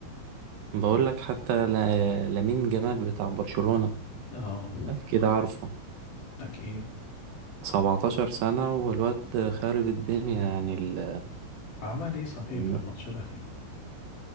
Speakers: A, on the right (about 65°); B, on the left (about 50°).
A: بقول لك حتى ل... لامين جمال بتاع برشلونة
B: اه
A: أكيد عارفه
B: أكيد
A: 17 سنة والواد خارب الدنيا يعني ال...
B: عمل إيه صحيح
A: ال-
B: في الماتش الأخير